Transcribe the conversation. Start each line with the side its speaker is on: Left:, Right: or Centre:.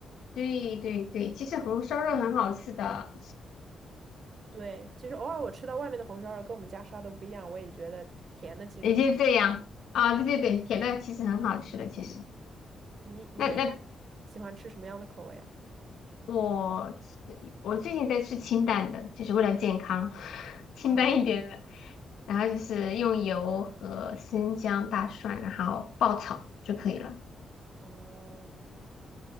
Left: 对对对，其实红烧肉很好吃的，
Right: 对，其实偶尔我吃到外面的红烧肉跟我们家烧的不一样，我也觉得甜的其实挺好。
Left: <laughs> 也就这样啊，对对对，甜的其实很好吃的，其实。
Right: 你你一般
Left: 那那
Right: 喜欢吃什么样的口味啊？
Left: 我吃我最近在吃清淡的，就是为了健康，<laughs> 清淡一点的，
Right: 啊
Left: 然后就是用油和生姜、大蒜，然后爆炒就可以了。
Right: 嗯、